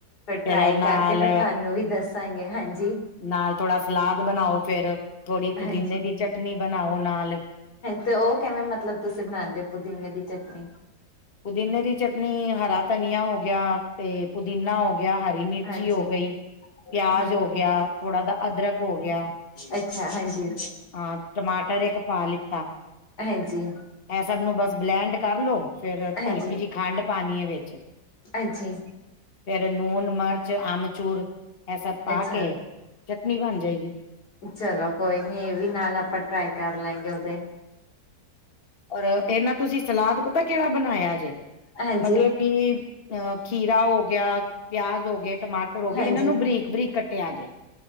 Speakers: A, on the left (about 75°); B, on the left (about 35°).
A: ਫਿਰ
B: ਫੇਰ
A: ਟਰਾਈ
B: ਨਾਲ
A: ਕਰਕੇ ਫਿਰ ਤੁਹਾਨੂੰ ਵੀ ਦੱਸਾਂਗੇ ਹਾਂਜੀ।
B: ਨਾਲ ਥੋੜਾ ਸਲਾਦ ਬਣਾਓ ਫੇਰ ਥੋੜ੍ਹੀ ਪੁਦੀਨੇ
A: ਹਾਂਜੀ,
B: ਦੀ ਚਟਨੀ ਬਣਾਓ ਨਾਲ-
A: ਤੇ ਉਹ ਕਿਵੇ ਮਤਲਬ ਤੁਸੀ ਬਣਾਉਦੇ ਹੋ ਪੁਦੀਨੇ ਦੀ ਚਟਨੀ?
B: ਪੁਦੀਨੇ ਦੀ ਚਟਨੀ ਹਰਾ ਧਨੀਆ ਹੋ ਗਿਆ ਤੇ ਪੁਦੀਨਾ ਹੋ ਗਿਆ। ਗਿਆ ਹਰੀ ਮਿਰਚੀ
A: ਹਾਂਜੀ,
B: ਹੋ ਗਈ। ਪਿਆਜ
A: ਹਮ
B: ਹੋ ਗਿਆ ਥੋੜਾ ਦਾ ਅਦਰਕ ਹੋ ਗਿਆ
A: ਅੱਛਾ ਹਾਂਜੀ,
B: ਹਾਂ। ਟਮਾਟਰ ਇਕ ਪਾ ਲਿੱਤਾ
A: ਹਾਂਜੀ,
B: ਇਹ ਸਭ ਨੂੰ ਬਸ ਬਲੈਂਡ ਕਰ ਲੋ- ਫੇਰ
A: ਹਾਂਜੀ,
B: ਹਲਕੀ ਜਿਹੀ ਖੰਡ ਪਾਣੀ ਏ ਵਿਚ-
A: ਹਾਂਜੀ।
B: ਫੇਰ ਲੂਣ ਮਿਰਚ ਆਮਚੂਰ ਇਹ ਸਭ ਪਾ
A: ਅੱਛਾ,
B: ਕੇ ਚਟਨੀ ਬਣ ਜਾਏਗੀ।
A: ਚਲੋ ਕੋਈ ਨੀ ਇਹ ਵੀ ਨਾਲ ਆਪਾਂ ਟਰਾਈ ਕਰ ਲੈਗੇ ਉਹਤੇ-
B: ਔਰ ਇਹਨਾਂ ਤੁਸੀ ਸਲਾਦ ਪਤਾ ਕਿਹੜਾ ਬਣਾਇਆ ਜੇ
A: ਹਾਂਜੀ,
B: ਮਤਲਬ- ਕਿ ਖੀਰਾ ਹੋ ਗਿਆ ਪਿਆਜ ਹੋ ਗਏ ਟਮਾਟਰ ਹੋ ਗਏ
A: ਹਾਂਜੀ।
B: ਇਹਨਾਂ ਨੂੰ ਬਰੀਕ- ਬਰੀਕ ਕੱਟਿਆ ਜੇ